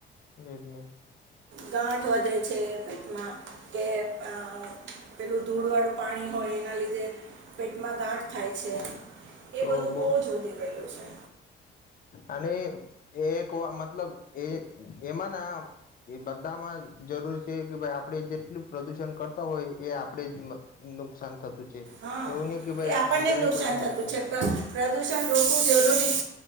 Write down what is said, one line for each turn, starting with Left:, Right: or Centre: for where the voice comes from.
Left: વેદ નુ
Right: ગાંઠ વધે છે પમાં કે <inaudible> પેલું ધૂળ વાળું પાણી હોય એના લીધે પેટમાં ગાંઠ થાય છે
Left: પ્રોબો
Right: એ બધું બહુ જ વધી ગયેલું છે
Left: અને એ એક વા મતલબ એ એમાં ના એ બધામાં જરૂર છે કે ભાઇ આપડ જેટલું પ્રદુષણ કરતા હોય એ આપણેે જ નુકસાન થતું છે
Right: હા
Left: એવું નહી કે ભાઈ
Right: એ આપણને
Left: બીજાને
Right: જ નુકસાન
Left: કોઈને
Right: થતું છે
Left: થાય
Right: પણ પ્રદુષણ રોકવું જરૂરી